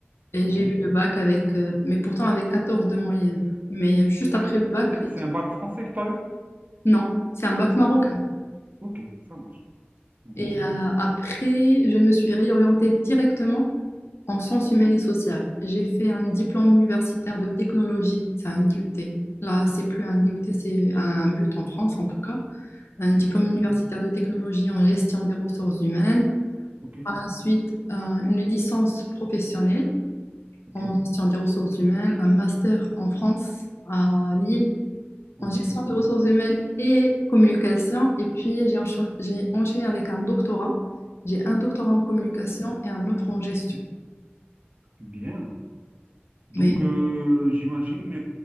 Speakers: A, on the left; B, on the right.
A: Et
B: ok.
A: j'ai eu le bac avec, euh, mais pourtant avec 14 de moyenne. Mais juste
B: ok.
A: après le bac,
B: C'est c'est un bac français que tu as eu?
A: non, c'est un bac marocain.
B: Ah, ok, ça marche. Mhm,
A: Et euh, après, je me suis réorientée directement en sciences humaines et sociales. J'ai fait un diplôme universitaire de technologie, c'est un DUT. Là, c'est plus un DUT, c'est un but en France en tout cas. Un diplôme
B: mhm,
A: universitaire de technologie en gestion des ressources humaines.
B: Ok,
A: Ensuite, euh, une licence professionnelle
B: ok,
A: en gestion des ressources humaines, un master en France, à Lille,
B: ok.
A: en gestion des ressources humaines et communication. Et puis, j'ai encha- j'ai enchaîné avec un doctorat. J'ai un doctorat en communication et un autre en gestion.
B: Bien. Bien. Donc,
A: Mais
B: euh, j'imagine